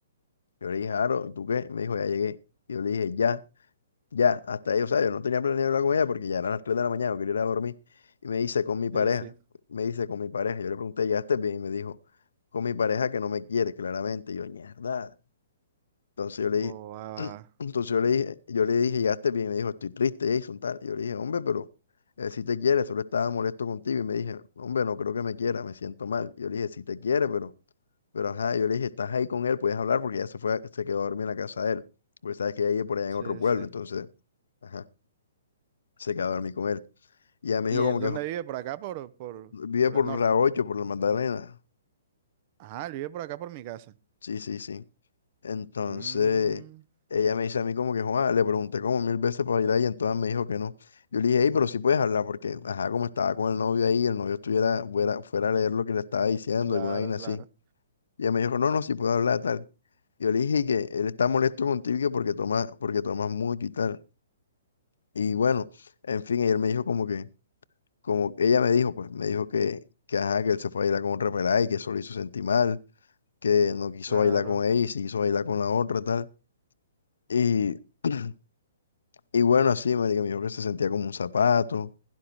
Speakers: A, on the left (about 65°); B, on the right (about 40°).
A: Yo le dije, Aro, ¿y tú qué? Me dijo, ya llegué. Y yo le dije, ya, ya, hasta ahí, o sea, yo no tenía planeado hablar con ella porque ya eran las 3 de la mañana, yo quería ir a dormir. Y me dice, con mi pareja,
B: Sí, sí.
A: me dice, con mi pareja. Yo le pregunté, ¿llegaste bien? Y me dijo, con mi pareja que no me quiere, claramente. Y yo, mierda. Entonces yo le dije,
B: Oh, ah,
A: <clears throat> entonces yo le dije, yo le dije, llegaste bien, me dijo, estoy triste, Jason, tal. Yo le dije, hombre, pero si te quiere, solo estaba molesto contigo. Y me dije, hombre, no creo que me quiera, me siento mal. Yo le dije, si te quiere, pero, pero ajá, yo le dije, estás ahí con él, puedes hablar porque ya se fue, a- se quedó a dormir en la casa de él. Porque sabes que ella vive por allá
B: sí,
A: en otro pueblo,
B: sí.
A: entonces, ajá, se quedó a dormir con él. Y ella me
B: ¿Y
A: dijo como
B: él
A: que
B: dónde
A: "Jo-
B: vive? ¿Por acá? ¿Por, por,
A: vive
B: por
A: por
B: el norte?
A: la 8, por la Magdalena.
B: Ah, él vive por acá, por mi casa.
A: Sí, sí, sí. Entonces,
B: Mm,
A: ella me dice a mí como que, Juan, le pregunté como mil veces para bailar y entonces me dijo que no. Yo le dije, hey, pero sí puedes hablar porque, ajá, como estaba con el novio ahí, el novio estuviera fuera, fuera a leer lo que le estaba diciendo,
B: claro,
A: alguna vaina
B: claro,
A: así. Y ella me dijo, no, no, sí puedo hablar, tal. Yo le dije que él está molesto contigo que porque tomas, porque tomas mucho y tal. Y bueno, en fin, y él me dijo como que, como ella me dijo, pues, me dijo que, que ajá, que él se fue a bailar con otra pelada y que eso lo hizo sentir mal, que no quiso
B: claro.
A: bailar con ella y sí quiso bailar con la otra, tal. Y, <clears throat> y bueno, así, marica, me dijo que se sentía como un zapato,